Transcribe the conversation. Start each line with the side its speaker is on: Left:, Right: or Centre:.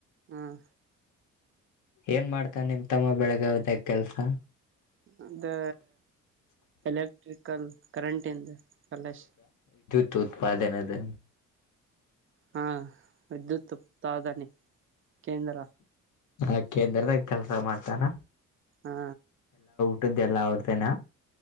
Right: ಹಾಂ
Left: ಏನ್ ಮಾಡ್ತಾನೆ ನಿಮ್ ತಮ್ಮ ಬೆಳಗಾವಿದಾಗ ಕೆಲ್ಸ
Right: ಅಂದೇ ಎಲೆಕ್ಟ್ರಿಕಲ್ ಕರೆಂಟ್ಯಿಂದು ಕಲಶ
Left: ಉತ್ಪದನೆನ್
Right: ಹಾ ವಿದ್ಯುತ್ ಉತ್ಪಾದನೆ ಕೇಂದ್ರ
Left: ಆ ಕೇಂದ್ರದಾಗ ಕೆಲ್ಸ ಮಾಡ್ತಾನ
Right: ಹಾ
Left: ಊಟದು ಎಲ್ಲಾ ಅವರದೇನಾ